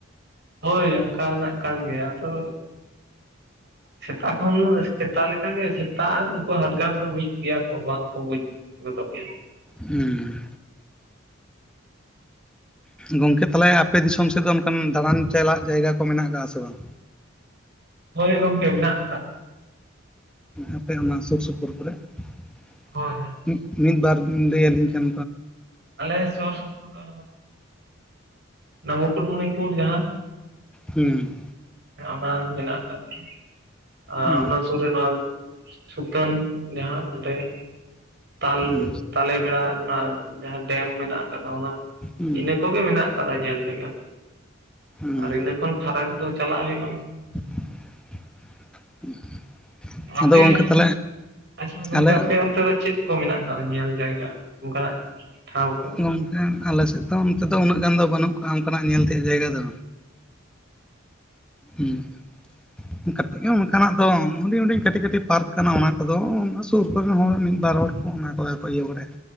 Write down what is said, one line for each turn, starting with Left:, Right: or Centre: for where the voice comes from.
Right: ᱦᱳᱭ ᱚᱱᱠᱟᱱᱟᱜ ᱠᱟᱱ ᱜᱮᱭᱟ ᱟᱫᱚ ᱥᱮᱛᱟ ᱠᱷᱚᱱ ᱥᱮᱛᱟ ᱞᱮᱠᱟᱜᱮ ᱥᱮᱛᱟ ᱟᱨ ᱱᱩᱠᱩ ᱦᱟᱰᱜᱟᱨ ᱫᱚ ᱢᱤᱫ ᱜᱮᱭᱟ ᱠᱚ ᱵᱟᱝᱠᱚ ᱵᱩᱡ ᱢᱮᱛᱟᱜ ᱜᱮ
Centre: ᱦᱩᱸ ᱜᱚᱝᱠᱮ ᱛᱟᱦᱚᱞᱮ ᱟᱯᱮ ᱫᱤᱥᱚᱢ ᱥᱮᱫ ᱫᱚ ᱚᱱᱠᱟᱱ ᱫᱟᱬᱟᱱ ᱪᱟᱞᱟᱜ ᱡᱟᱭᱜᱟ ᱠᱚ ᱢᱮᱱᱟᱜ ᱟᱠᱟᱜ ᱟ ᱥᱮ ᱵᱟᱝ?
Right: ᱦᱳᱭ ᱜᱚᱝᱠᱮ ᱢᱮᱱᱟᱜ ᱠᱟᱜ
Centre: ᱟᱯᱮ ᱚᱱᱟ ᱥᱩᱨ ᱥᱩᱯᱩᱨ ᱠᱚᱨᱮ
Right: ᱦᱳᱭ
Centre: <inaudible> ᱢᱤᱫ ᱵᱟᱨ ᱞᱟᱹᱭᱟᱞᱤᱧ ᱠᱟᱱ᱾
Right: ᱟᱞᱮ ᱥᱩᱨ ᱥᱩᱯᱩᱨ ᱫᱚ ᱱᱚᱣᱟ ᱢᱩᱠᱩᱴᱢᱩᱱᱤᱯᱩᱨ ᱡᱟᱦᱟᱸ᱾
Centre: ᱦᱩᱸ
Right: ᱚᱱᱟ <inaudible> ᱢᱮᱱᱟᱜ ᱟᱠᱟᱫ <inaudible> ᱟᱨ
Centre: ᱦᱩᱸ
Right: ᱚᱱᱟ ᱥᱩᱨ ᱱᱚᱣᱟ ᱥᱩᱛᱟᱹᱱ ᱡᱟᱦᱟᱸ ᱚᱸᱰᱮ ᱛᱟᱞ
Centre: ᱦᱩᱸ
Right: ᱛᱟᱞᱮ ᱵᱮᱲᱟ᱾ ᱚᱱᱟ ᱡᱟᱦᱟᱸ ᱰᱮᱢ ᱢᱮᱱᱟᱜ ᱟᱠᱟᱫᱟ ᱚᱱᱟ
Centre: ᱦᱩᱸ
Right: ᱤᱱᱟᱹ ᱠᱚᱜᱮ ᱢᱮᱱᱟᱜ ᱟᱠᱟᱫᱟ ᱧᱮᱞ ᱡᱟᱭᱜᱟ᱾
Centre: ᱦᱩᱸ
Right: ᱟᱨ ᱤᱱᱟᱹ ᱠᱷᱚᱱ ᱯᱷᱟᱨᱟᱠ ᱫᱚ ᱪᱟᱞᱟᱜ ᱦᱩᱭᱩᱜᱼᱟ᱾
Centre: <unintelligible>
Right: ᱟᱯᱮ
Centre: ᱟᱫᱚ ᱜᱚᱝᱠᱮ
Right: ᱚᱱᱛᱮ
Centre: ᱛᱟᱦᱚᱞᱮ
Right: ᱫᱚ ᱟᱪᱪᱷᱟ ᱜᱚᱝᱠᱮ
Centre: ᱟᱞᱮ
Right: ᱟᱯᱮ ᱚᱱᱛᱮ ᱫᱚ ᱪᱮᱫ? ᱠᱚ ᱢᱮᱱᱟᱜ ᱟᱠᱟᱜ ᱧᱮᱞ ᱡᱟᱭᱜᱟ ᱚᱱᱠᱟᱱᱟᱜ ᱴᱷᱟᱶ ᱠᱚ
Centre: ᱜᱚᱝᱠᱮ ᱟᱞᱮᱥᱮᱫ ᱫᱚ ᱚᱱᱛᱮ ᱫᱚ ᱩᱱᱟᱹᱜ ᱜᱟᱱ ᱫᱚ ᱵᱟᱹᱱᱩᱜ ᱠᱚᱣᱟ ᱚᱱᱠᱟᱱᱟᱜ ᱧᱮᱞ ᱛᱮᱭᱟᱜ ᱡᱟᱭᱜᱟ ᱫᱚ᱾ ᱦᱩᱸ <inaudible> ᱜᱮ ᱚᱱᱠᱟᱱᱟᱜ ᱫᱚ ᱦᱩᱰᱤᱧ ᱦᱩᱰᱤᱧ ᱠᱟᱹᱴᱤᱡᱼ ᱠᱟᱹᱴᱤᱡ ᱯᱟᱨᱠ ᱠᱟᱱᱟ ᱚᱱᱟ ᱠᱚᱫᱚ᱾ ᱥᱩᱨ ᱠᱚᱨᱮᱱ ᱦᱚᱲ ᱢᱤᱫ ᱵᱟᱨ ᱦᱚᱲ ᱠᱚ ᱚᱱᱟ ᱠᱚᱨᱮ ᱠᱚ ᱤᱭᱟᱹ ᱵᱟᱲᱟᱭᱟ᱾